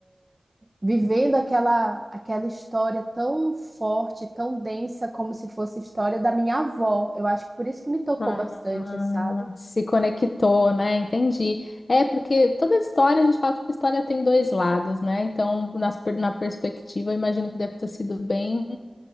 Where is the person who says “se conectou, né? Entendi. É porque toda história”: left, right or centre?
Left